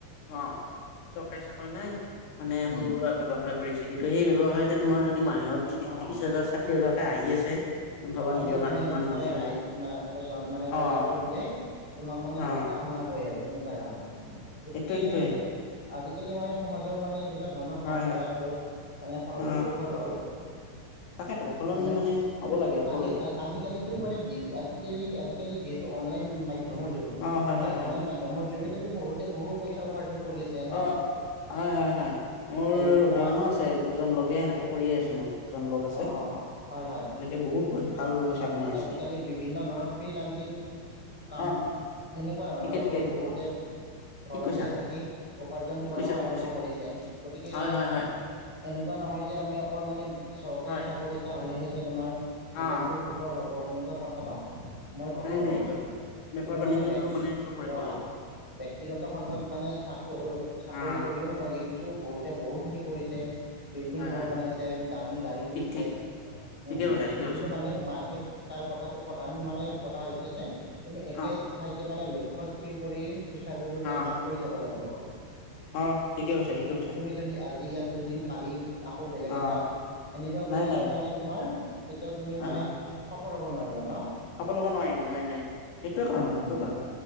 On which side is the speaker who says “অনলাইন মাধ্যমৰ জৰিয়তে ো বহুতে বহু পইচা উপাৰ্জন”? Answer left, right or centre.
Centre